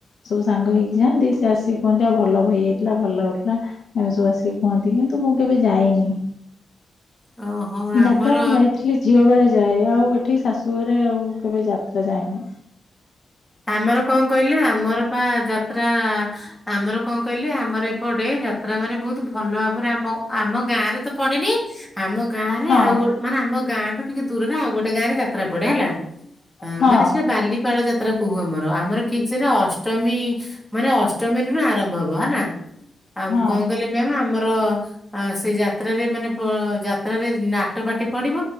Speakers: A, on the left (about 55°); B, in the centre.
A: ସବୁ ସାଙ୍ଗ ହେଇକି ଯାଆନ୍ତି ସେ ଆସି କୁହନ୍ତି ଆଉ ଭଲ ବହି ହେଇଥିଲା ଭଲ ଲାଗୁଥିଲା ଏମିତି ସବୁ ଆସିକି କୁହନ୍ତି କିନ୍ତୁ ମୁଁ କେବେ ଯାଇନି।
B: ଓହୋ ଆମର
A: ଯାତ୍ରା ମୁଁ ଯାଇଥିଲି ଝିଅ ବେଳେ ଯାଏ, ଆଉ ଏଠି ଶାଶୁ ଘରେ ଆଉ କେବେ ଯାତ୍ରା ଯାଏନି।
B: ଆମର କଅଁ କହିଲେ ଆମର ପା ଯାତ୍ରା ଆମର କଣ କହିଲେ ଆମର ଏପଟେ ଯାତ୍ରା ମାନେ ବହୁତ ଭଲ ଭାବରେ ଆମ ଆମ ଗାଁ ରେ ତ ପଡେନି, ଆମ ଗାଁ ରେ
A: ହଁ
B: ଆଉ ମାନେ ଆମ ଗାଁଠୁ ଟିକେ ଦୂରରେ ଆଉ ଗୋଟେ ଗାଁରେ ଯାତ୍ରା ପଡେ ହେଲା,
A: ହଁ
B: ମାନେ ସେ ବାଲିପାଳ ଯାତ୍ରା ଯାତ୍ରା କହୁ ଆମର, ଆମର ଠିକ୍ ସେଟା ଅଷ୍ଟମୀ ମାନେ ଅଷ୍ଟମୀରୁ ବି ଆରମ୍ଭ ହବ, ହେଲା, ଆଉ
A: ହଁ
B: କଣ କଲେ ମାମ ଆମର ତ ସେଯାତ୍ରାରେ ମାନେ ଯାତ୍ରାରେ ନାଟ ପାଟି ପଡିବ